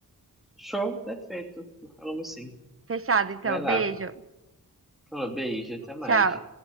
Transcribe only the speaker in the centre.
Show, perfeito. Falamos sim.
Vai
lá. Falou, beijo, até mais.